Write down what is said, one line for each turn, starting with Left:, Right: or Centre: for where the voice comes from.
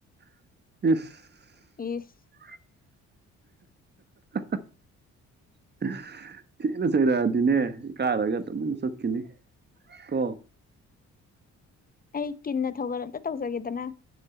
Right: ꯏꯁ
Left: ꯏꯁ
Right: <inaudible> ꯊꯤꯅ ꯆꯩꯔꯛꯑꯗꯤꯅꯦ ꯏꯀꯥꯏꯔꯒ ꯗꯨꯝ ꯆꯠꯈꯤꯅꯤ ꯀꯣ
Left: ꯑꯩ ꯀꯤꯟꯅ ꯊꯧꯒꯜ ꯑꯝꯇ ꯇꯧꯖꯒꯦꯗꯅ